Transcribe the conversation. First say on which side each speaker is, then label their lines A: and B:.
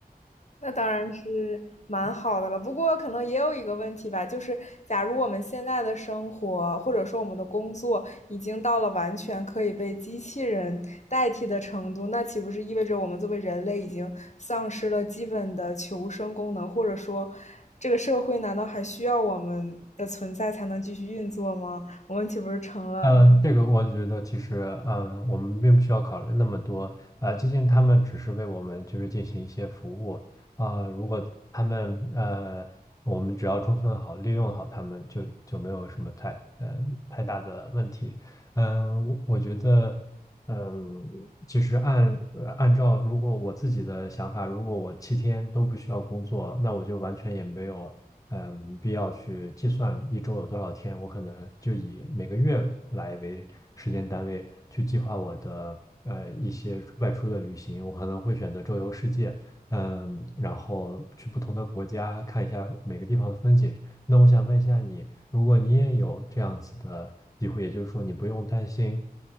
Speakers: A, on the left (about 45°); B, on the left (about 20°).
A: 那当然是蛮好的了，不过可能也有一个问题吧，就是假如我们现在的生活或者说我们的工作已经到了完全可以被机器人代替的程度，那岂不是意味着我们作为人类已经丧失了基本的求生功能，或者说这个社会难道还需要我们的存在才能继续运作吗？我们岂不是成了
B: 嗯，这个我觉得其实，嗯，我们并不需要考虑那么多，啊，毕竟他们只是为我们就是进行一些服务，啊，如果他们呃，我们只要充分好利用好他们就，就没有什么太呃太大的问题。嗯，我我觉得。嗯，其实按呃按照如果我自己的想法，如果我七天都不需要工作，那我就完全也没有嗯必要去计算一周有多少天，我可能就以每个月来为时间单位去计划我的呃一些外出的旅行，我可能会选择周游世界，嗯，然后去不同的国家看一下每个地方的风景。那我想问一下你，如果你也有这样子的机会，也就是说你不用担心